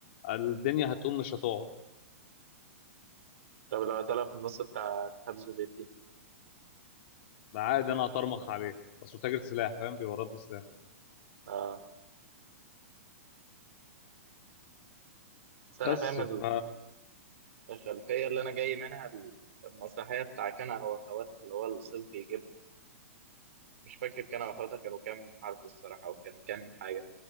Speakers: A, on the left; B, on the right.
A: الدنيا هتقوم مش هتقعد
B: طب لو طلع في النص بتاع الاتحاد السوفيتي
A: ده عادي انا هطرمخ عليه بس هو تاجر سلاح فاهم بيورد لي سلاح
B: آه بس أنا
A: بس
B: فاهم ال-
A: ف
B: الخلفية اللي أنا جاي منها ال- المسرحية بتاع كنا وأخواتها اللي هو الأستاذ بيجيب مش فاكر كنا وأخواتها كانوا كام حرف الصراحة وكانوا كام حاجة